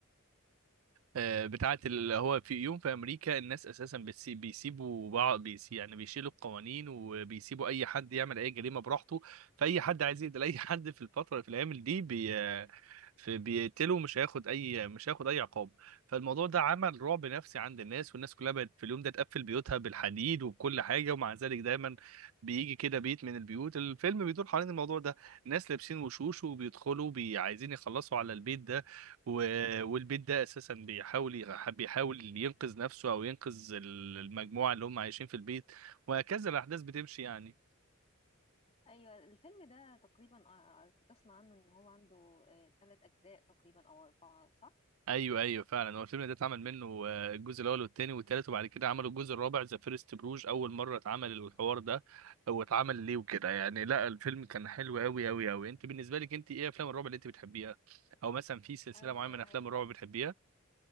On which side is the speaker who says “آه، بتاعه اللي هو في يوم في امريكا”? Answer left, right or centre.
Right